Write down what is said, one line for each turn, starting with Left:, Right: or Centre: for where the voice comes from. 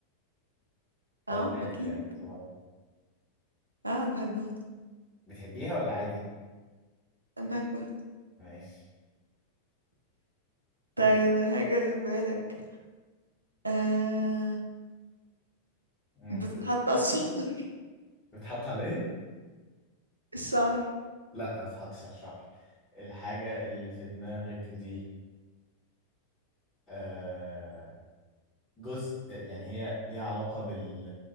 Left: ولا
Right: اه
Left: عادي
Right: اكيد
Left: يعني صباح
Right: اه بحبها
Left: بتحبيها ولا عادي
Right: أنا بحبها
Left: ماشي
Right: طيب الحاجة اللي في بالك آه
Left: امم
Right: بتتحط على الشعر <laughs>
Left: بتحط على ايه
Right: الشعر
Left: لا ما بتحطش على الشعر الحاجه اللي في دماغك دي آه، جزء يعني هي ليها علاقة بال